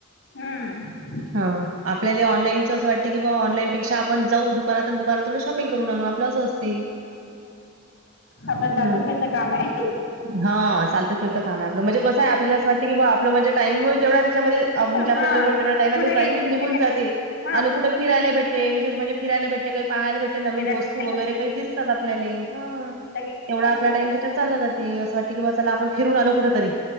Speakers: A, on the left (about 85°); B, on the right (about 70°).
A: हम्म
B: हा, आपल्या ऑनलाईनच अस वाटतं की बा ऑन लाईनपेक्षा आपण जाऊ दुकानातून दुकानातूनच शॉ पिंग करून आणु आपलं असं आसतय
A: आपलं चालतं
B: हं.
A: फिरतं काम आहे.
B: हा चालंत फिरतं काम आहे आपलं म्हणजे कसं आहे आपल्याला अस वाटतं की बा आपलं म्हणजे टाईम तेवढा आहे त्याच्यामध्ये आ म्हणजे आपल्या
A: हा
B: जवळ जेवढं टाइम आहे,
A: कुठे
B: तो टाईमच
A: गेले
B: निघून जाते,
A: हा
B: आणि कुठ फिराला भेटे्ते, विशेष म्हणजे फिरायला भेटते, काही पाहाला भेटते नवीन
A: फिरायला
B: वस वगैरे
A: गेला
B: काही दिसतात आपल्याले, हा.
A: की,
B: तेवढा
A: हा
B: आपला टाईम त्याच्यात चालला जाते, असं वाटतं की, बा चला आपण फिरून आलो कुठेतरी.